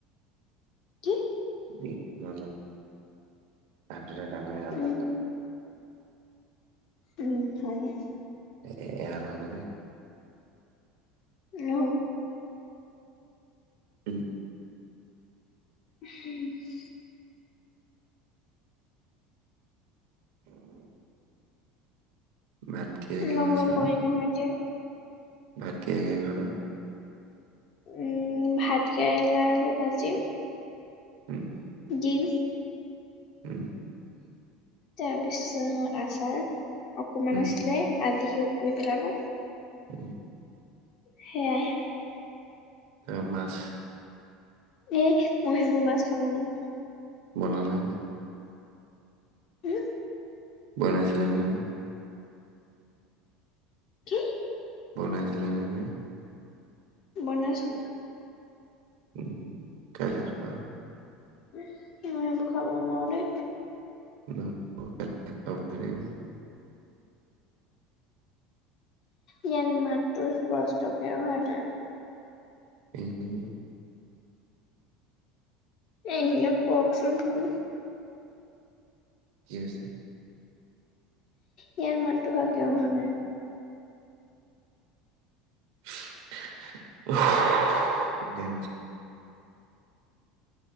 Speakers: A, on the left; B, on the right.
A: কি
B: অ <unintelligible> এতিয়া ডাঙৰে হাল্ল
A: উম,
B: নক
A: উম <unintelligible>
B: এ এ আল হ'বনে
A: ন
B: উম
A: উম <unintelligible>
B: ভাত কিহে কিহে
A: ইমান
B: খাইছিলা
A: আকৰী নহয় যে
B: ভাত কিহে কিহে খালা
A: উম ভাত কেৰেলা আলু ভাজি
B: উম।
A: গেম
B: উম।
A: তাৰপিছত আচাৰ অকমান
B: উম
A: আছিলে আজি শেষ কৰি পেলাব।
B: উম
A: সেয়াই।
B: অ' মাছ
A: এ মই সেইবোৰ মাছ খাব নোৱাৰো।
B: বনালে নে?
A: হম?
B: বনাইছিলে নে নাই?
A: কি?
B: বনাইছিলে নে?
A: বনাইছিলে।
B: উম কাইলৈ খাবা।
A: উম সেইবোৰ খাব নোৱাৰো দে।
B: <inaudible>
A: ইয়াত মাতটো স্পষ্টকে অহা নাই।
B: উম।
A: এই য়াক কওকচোন ধুও
B: কি হৈছে?
A: ইয়াৰ মাতটো ভালকে অহা নাই।
B: <inaudible>